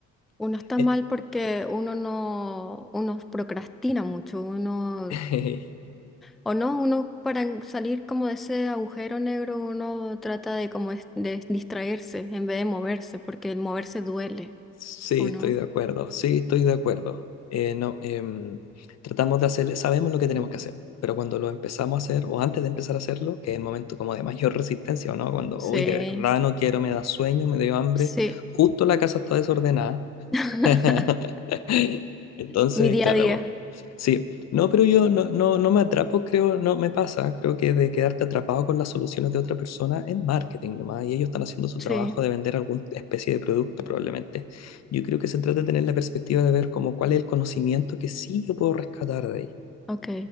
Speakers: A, in the centre; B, on the left.
A: Uno está
B: eh,
A: mal porque uno no, uno procrastina mucho, uno,
B: <laughs>
A: o no, uno para en- salir como de ese agujero negro, uno trata de como es- de distraerse en vez de moverse, porque el moverse duele,
B: Sí,
A: ¿o
B: estoy
A: no?
B: de acuerdo, sí, estoy de acuerdo. Eh, no, em, tratamos de hacer, sabemos lo que tenemos que hacer, pero cuando lo empezamos a hacer, o antes de empezar a hacerlo, que es el momento como de mayor resistencia, ¿o ¿no? Cuando
A: Sí,
B: hoy de verdad no quiero, me da sueño, me dio hambre,
A: sí.
B: justo la casa está desordenada,
A: <laughs>
B: <laughs> Entonces,
A: Mi día
B: claro,
A: a día,
B: po. Sí, no, pero yo no, no, no me atrapo, creo, no me pasa, creo que de quedarte atrapado con las soluciones de otra persona es marketing nomás, y ellos están haciendo su
A: sí,
B: trabajo de vender alguna especie de producto probablemente. Yo creo que se trata de tener la perspectiva de ver como cuál es el conocimiento que sí yo puedo rescatar de ahí.
A: ok,